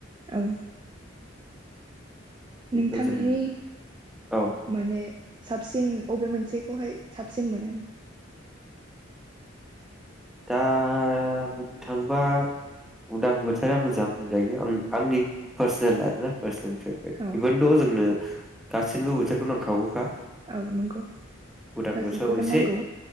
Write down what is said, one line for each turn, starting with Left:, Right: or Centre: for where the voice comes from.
Right: औ।
Centre: खिन्थु
Right: नोंथांनि
Centre: जों औ
Right: माने साबसिन अबे मोनसेखौहाय साबसिन मोनो।
Centre: दा बुंनो थाङोबा उदां बोथोरा मोजां होनजायो आं आंनि पार्सनेल आरोना पार्सेल <unintelligible>
Right: औ
Centre: जोंनो गासिनोबो बोथोरखौनो नांखागौखा
Right: औ नंगौ
Centre: उदां
Right: गासिबखौबो
Centre: बोथोराव एसे
Right: नांगौ